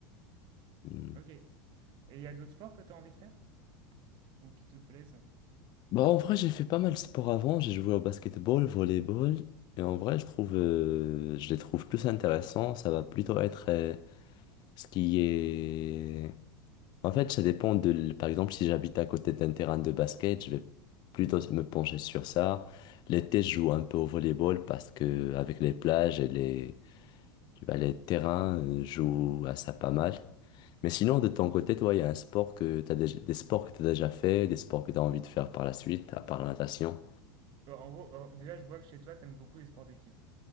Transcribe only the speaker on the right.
Ok. Et il y a d'autres sports que tu as envie de faire? Ou qui te plaisent?
Bon, en gros, alors, déjà, je vois que chez toi, t'aimes beaucoup les sports d'équipe.